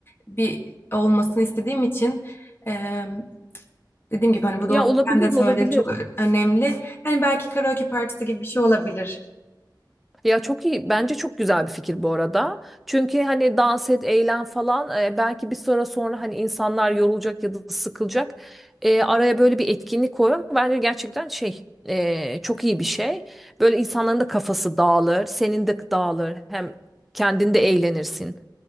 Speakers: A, on the left; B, in the centre.
A: bir olmasını istediğim için eee, dediğim gibi hani bu doğum
B: Ya
A: günü
B: olabilir
A: sen de söylediğin
B: olabilir.
A: çok ö- önemli. Hani belki karaoke partisi gibi bir şey olabilir.
B: Ya çok iyi. Bence çok güzel bir fikir bu arada. Çünkü hani dans et, eğlen falan e, belki bir süre sonra hani insanlar yorulacak ya da sıkılacak. E, araya böyle bir etkinlik koymak bence gerçekten şey e, çok iyi bir şey. Böyle insanların da kafası dağılır, senin de dağılır. Hem kendin de eğlenirsin.